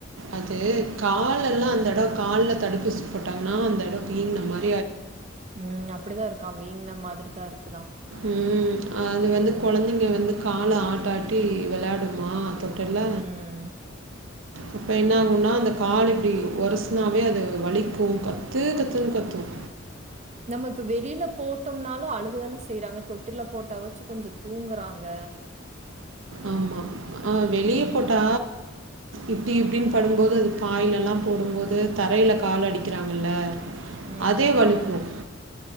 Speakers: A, on the right (about 70°); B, on the right (about 35°).
A: அது கால்ல எல்லாம் அந்த எடம் கால்ல தடுப்புசி போட்டாங்கன்னா அந்த எடம் வீங்க மார்
B: உம் அப்படிதான் இருக்கான் வீங்குன மாதிரி தான் இருக்குதாம்
A: உம் அது வந்து கொழந்தைங்க வந்து கால ஆட்டாட்டி வெளாடுமா டர்ல
B: ம்.
A: அப்ப என்னாகும்னா அந்த காலு இப்டி ஒரசுனாவே அது வலிக்கும் கத்து கத்துனு கத்தும்
B: நம்ம இப்ப வெளியில போட்டோம்னாலும் அழுகதான செய்யறாங்க தொட்டில போட்ட வாச்சு கொஞ்ஜோ தூங்குறாங்க
A: ஆமாம் ஆ வெளிய
B: ம்.
A: போட்டா இப்டி இப்டின்னு படும்போது அது பாய்லலெல்லாம் போடும்போது தரையில கால் அடிக்கிறாங்கள்ல
B: ம்.
A: அதே வலிக்கும்